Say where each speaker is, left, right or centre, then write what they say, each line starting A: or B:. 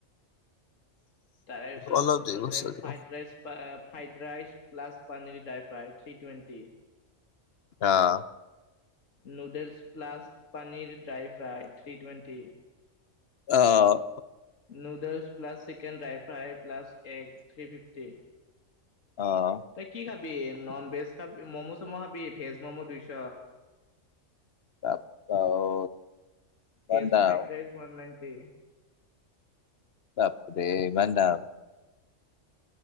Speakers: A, on the left; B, on the left.
A: তাৰে পিছত
B: অলপ দিব
A: আছে
B: চাগে
A: fried rice fried rice plus paneer dry fry, three twenty.
B: অ'।
A: Noodles plus paneer dry fry, three twenty.
B: অ',
A: noodles plus, chicken dry fry, plus. এক থ্ৰী ফিফটি।
B: আহ
A: তই কি খাবি? নন-ভেজ খাবি, ম'ম' চম' খাবি? ভেজ ম'ম' দুইশ।
B: বাপ্পা ঐ ইমান
A: ছ'
B: দাম
A: ফ্ৰাইড ৰাইচ, নাইনটি।
B: বাপৰে ইমান দাম?